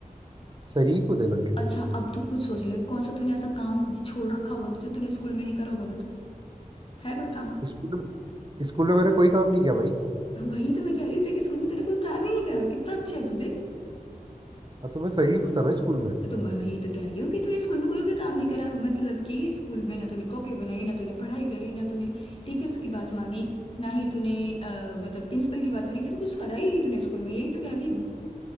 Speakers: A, on the right; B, on the left.
A: शरीफ होते हैं लड़के
B: अच्छा अब तू खुद सोच ले कौन सा तूने ऐसा काम छोड़ रखा होगा जो तूने स्कूल में नहीं करा होगा बता है कोई काम
A: स्कूल में स्कूल में मैंने कोई काम नहीं किया भाई
B: वही तो मैं कह रही हूँ देख स्कूल में तूने कोई काम ही नहीं करा कितना अच्छा है तू देख
A: अब तो मैं शरीफ था ना स्कूल में
B: तो मैं वही तो कह रही हूँ कि तूने स्कूल में कोई भी काम नहीं करा मतलब कि स्कूल में ना तूने कॉपी बनाई ना तूने पढ़ाई करी ना तूने टीचर्स की बात मानी ना ही तूने अ, मतलब प्रिंसिपल की बात मानी तो कुछ करा ही नहीं तूने स्कूल में यही तो कह रही हूँ